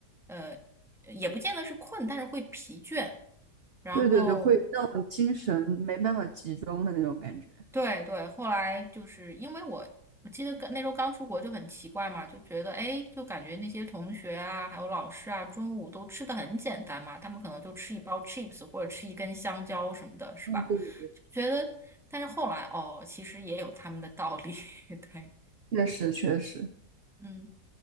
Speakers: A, in the centre; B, on the right.
A: 呃，也不见得是困，但是会疲倦。然后
B: 对对对，会那种精神没办法集中的那种感觉。
A: 对对，后来就是因为我我记得刚那时候刚出国就很奇怪嘛，就觉得哎，诶就感觉那些同学啊，还有老师啊，中午都吃的很简单嘛，他们可能就吃一包 chips 或者吃一根香蕉什么的，是吧？
B: 嗯，对对对。
A: 就觉得，但是后来哦，其实也有他们的道理，<laughs> 对，
B: 确实确实，
A: 嗯，